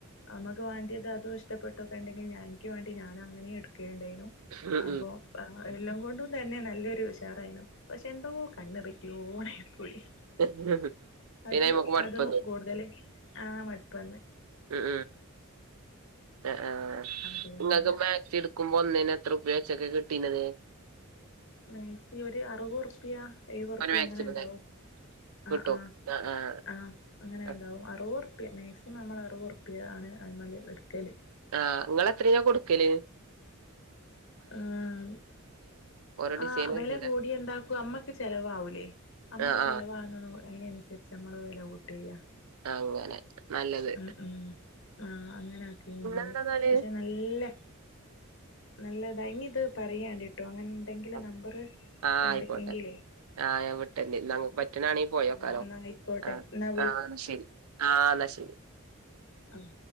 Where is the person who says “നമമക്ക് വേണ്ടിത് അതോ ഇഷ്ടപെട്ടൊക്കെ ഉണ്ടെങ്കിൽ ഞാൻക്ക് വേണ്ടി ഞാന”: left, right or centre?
Left